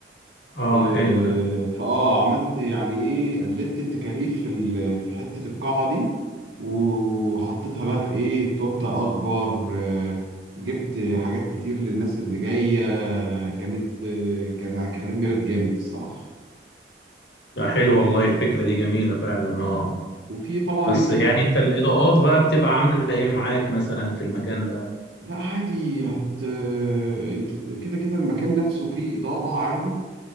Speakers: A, on the left; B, on the right.
A: اه
B: آه،
A: حلو ده
B: فاه عملت يعني ايه قللت التكاليف في ال- في حته القاعه دي وحطيتها بقى في ايه تورته اكبر آه، جبت حاجات كتير للناس اللي جايه كانت آه، كان كان عيد ميلاد جامد الصراحه
A: لا حلو والله الفكرة دي جميلة فعلا اه
B: وفي طبعا
A: بس
B: الكيك
A: يعني انت الإضاءات بقى بتبقى عاملة ايه معاك مثلا في المكان ده
B: لا عادي هت آه، انت كده كده المكان نفسه فيه اضاءه عادي